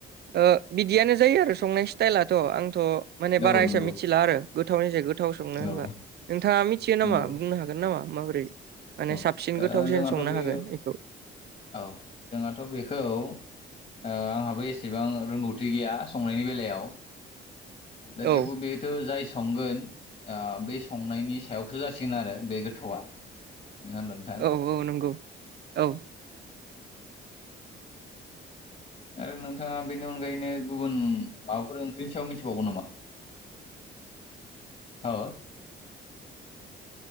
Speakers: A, on the right; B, on the left.
A: ओ बिदियानो जायो आरो संनाय स्टाइलाथ' आं थ' माने बारा
B: औ
A: हिसां
B: नंगौ
A: मिथिला आरो गोथावनि सायाव गोथाव संनो होनबा
B: औ
A: नोंथाङा मिथियो
B: नंगौ
A: नामा बुंनो हागोन। गोन नामा माबोरै माने
B: औ ओ
A: साबसिन गोथावसिन
B: जोंहाथ'
A: संनो
B: बे
A: हागोन एखौ?
B: औ जोंहाथ' बेखौ ओ आंहाबो एसेबां रोंगौथि गैया संनायनि बेलायाव। दा
A: औ
B: थेवबो बे खिन्थु जाय संगोन ओ बे संनायनि सायावसो जासिगोन आरो बे गोथावा। नोङा होनब्ला नोंथां?
A: औ औ नंगौ औ।
B: आरो नोंथाङा बेनि अनगायैनो गुबुन माबाफोर ओंख्रिनि सायाव मिथिबावो नामा? औ।